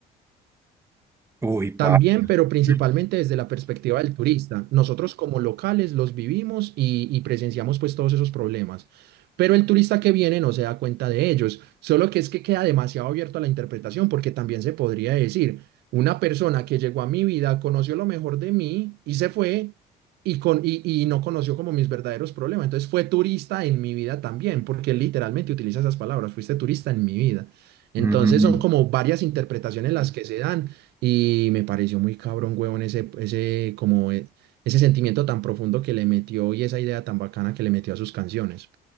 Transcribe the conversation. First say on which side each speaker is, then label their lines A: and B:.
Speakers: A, on the right (about 15°); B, on the right (about 75°).
A: Uy, parce.
B: También, pero principalmente
A: Mm,
B: desde la perspectiva del turista. Nosotros como locales los vivimos y, y presenciamos pues todos esos problemas. Pero el turista que viene no se da cuenta de ellos. Solo que es que queda demasiado abierto a la interpretación porque también se podría decir, una persona que llegó a mi vida, conoció lo mejor de mí y se fue y, con, y, y no conoció como mis verdaderos problemas. Entonces fue turista en mi vida también, porque él literalmente utiliza esas palabras, fuiste turista en mi vida. Entonces
A: mm,
B: son
A: mm.
B: como varias interpretaciones las que se dan y me pareció muy cabrón, huevón, ese, ese, como, eh, ese sentimiento tan profundo que le metió y esa idea tan bacana que le metió a sus canciones.